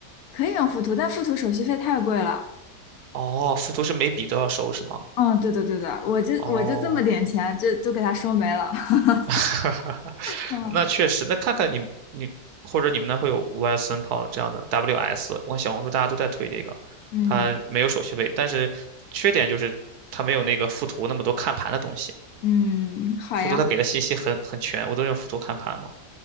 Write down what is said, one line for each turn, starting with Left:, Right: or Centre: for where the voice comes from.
Left: 可以用富途，但富途手续费太贵了。
Right: 哦，附图是每笔都要收是吗？
Left: 嗯，对的对的，我就我就这么点钱，
Right: 哦。
Left: 就就给他收没了。<laughs>
Right: <laughs>
Left: 嗯
Right: 那确实，那看看你你或者你们那会有 YS n 跑这样的 WS，我看小红书大家都在推这个，
Left: 嗯
Right: 它没有手续费，但是缺点就是它没有那个附图那么多看盘的东西，
Left: 嗯，好呀，
Right: 附图它给的信息很很全，我都用附图看盘嘛。